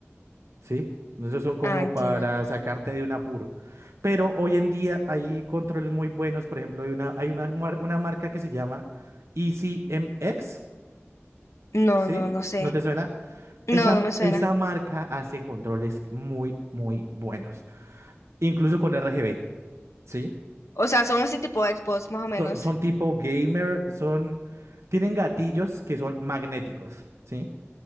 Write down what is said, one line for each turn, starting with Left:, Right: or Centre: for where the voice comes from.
Right: Sí, esos son como
Left: Ah, entiendo.
Right: para sacarte de un apuro. Pero hoy en día hay controles muy buenos, por ejemplo, hay una, hay una, mar- una marca que se llama ECMX,
Left: No,
Right: ¿sí?
Left: no, no sé.
Right: ¿No te suena?
Left: No,
Right: Esa,
Left: no me suena.
Right: esa marca hace controles muy, muy buenos, incluso con RGB, ¿sí?
Left: O sea, son así tipo Xbox, más o menos.
Right: Son, son tipo gamer, son, tienen gatillos que son magnéticos, ¿sí?